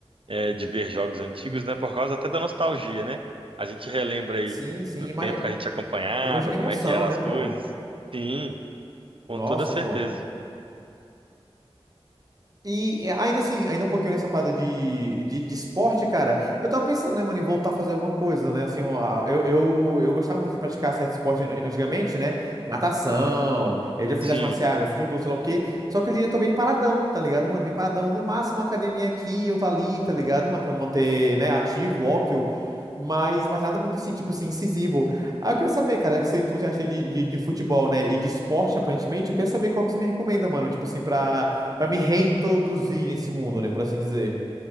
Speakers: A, on the right; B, on the right.
A: é, de ver jogos antigos, né? Por causa até da nostalgia, né? A gente relembra aí
B: Sim, sim.
A: do
B: Imagina,
A: tempo que a gente acompanhava,
B: imagina
A: como
B: a emoção,
A: é que eram
B: né,
A: as
B: pô?
A: coisas. Sim, com
B: Nossa,
A: toda certeza.
B: pô. E é, ainda assim, ainda um pouquinho nessa parada de, de, de esporte, cara, eu tava pensando, né, mano, em voltar a fazer alguma coisa, né? Assim, ó, eu, eu, eu gostava muito de praticar certo esporte an- antigamente, né? Natação, eu já fiz
A: Sim.
B: arte marcial, já fiz judô, sei lá o quê. Só que hoje em dia eu tô bem paradão, tá ligado, mano? Bem paradão. No máximo, uma academia aqui, eu tô ali, tá ligado, mano? Pra me manter, né, ativo, óbvio. Mas, mas nada muito assim, tipo assim, incisivo. Ah, eu queria saber, cara, já que você é entusiasta de, de, de futebol, né? E de esporte, aparentemente, eu queria saber qual que você me recomenda, mano. Tipo assim, pra. Pra me reintroduzir nesse mundo, né? Por assim dizer.